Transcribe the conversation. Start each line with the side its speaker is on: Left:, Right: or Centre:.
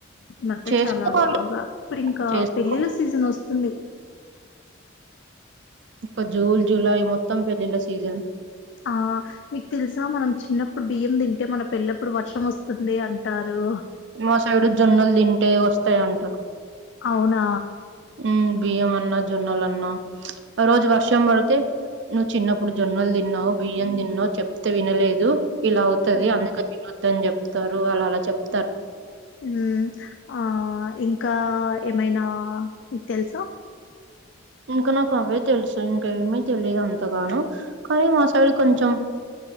Left: మధ్య
Right: చేసుకోవాలి
Left: చాలా బాగా ఇప్పుడు ఇంకా
Right: చేసుకో
Left: పెళ్ళిళ్ళ సీజన్ వస్తు తుంది
Right: ఇంకా జూన్ జులై మొత్తం పెళ్ళిళ్ళ సీజన్
Left: ఆ మీకు తెలుసా మనం చిన్నప్పుడు బియ్యం తింటే మన పెల్లప్పుడు వర్షం వస్తుంది అంటారు
Right: మా సైడు జొన్నలు తింటే వస్తాయి అంటారు
Left: అవునా
Right: మ్మ్ బియ్యం అన్నా జొన్నలున్నా ఆ రోజు వర్షం పడితే నువ్వు చిన్నప్పుడు జొన్నలు తిన్నావు బియ్యం తిన్నావు చెప్తే వినలేదు ఇలా అవుతుది
Left: మ్మ్
Right: అందుకని తిన్నోదు అని చెప్తారు అలా అలా చెప్తారు
Left: మ్మ్ ఆ ఇంకా ఏమైనా తెలుసా
Right: ఇంకా నాకు అవే తెలుసు ఇంకేమిీ తెలిదు అంతగాను కానీ మసయిడు కొంచెం